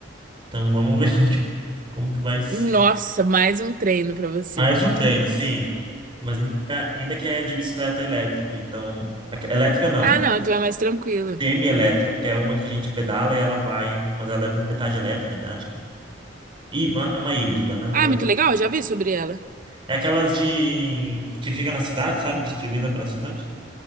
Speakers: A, on the right (about 25°); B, on the right (about 45°).
A: Então vamos <laughs> ver como que, como que vai ser.
B: Nossa, mais um treino pra você.
A: Mais um treino, sim. Mas ainda, ainda que é de bicicleta elétrica, então. a- Elétrica não.
B: Ah, não, então é mais tranquila
A: Semi-elétrica, porque é uma que a gente pedala e ela vai, mas ela é metade elétrica, metade que... Hí- É uma híbrida, né, na
B: Ah,
A: verdade.
B: é muito legal, eu já vi sobre ela.
A: É aquelas de... que fica na cidade, sabe? Distribuída pela cidade.